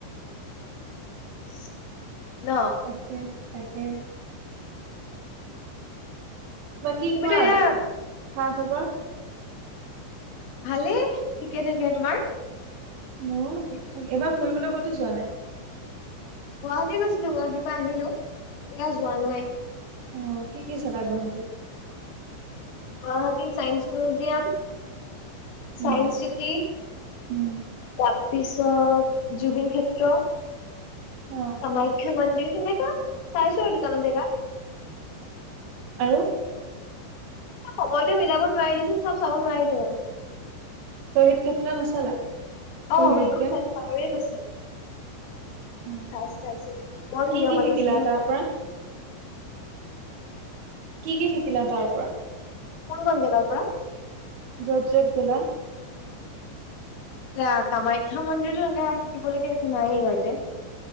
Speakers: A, on the left; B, on the right.
A: <unintelligible> ন।
B: তাকে, তাকে। বাকী
A: তুমিতো
B: কোৱা
A: এয়া
B: আৰু খা-খবৰ?
A: ভালেই, ঠিকে থাকে তোমাৰ?
B: মোৰো ঠিক-ঠাক। এবাৰ ফুৰিবলৈ ক'তো যোৱা নাই?
A: গুৱাহাটী গৈছিলোঁ, গুৱাহাটীৰ পৰা আহিলোঁ, এতিয়া যোৱা নাই।
B: অ', কি কি চালা গুৱাহাটীত?
A: গুৱাহাটী ছাইন্স মিউজিয়াম ছায়েন্স
B: উম
A: চিটি,
B: উম
A: তাৰ পিছত জুবিন ক্ষেত এ্
B: অ'
A: কামাখ্যা মন্দিৰ সেনেক চাইছো আৰু দুটামান জেগা।
B: আৰু
A: সময়তো মিলাব নোৱাৰিলো যে, চব চাব নোৱাৰিলো।
B: শ্বহীদ ক্ষেত্ৰ নাচালা? শ্বহীদ
A: অ', সেইখন
B: উদ্যান
A: চাইছো পাহৰি গৈছিলো।
B: অ
A: চাইছো, চাইছো বৰ
B: কি
A: ধুনীয়া
B: কি
A: মানে
B: শিকিলা
A: চিনেৰিখন।
B: তাৰ পৰা কি কি শিকিলা তাৰ পৰা?
A: কোন কোন জেগাৰ পৰা?
B: য'ত য'ত গ'লা।
A: চা, কামাখ্যা মন্দিৰতটো এনেকে শিকিবলৈকে একো নাই ইহঁতে।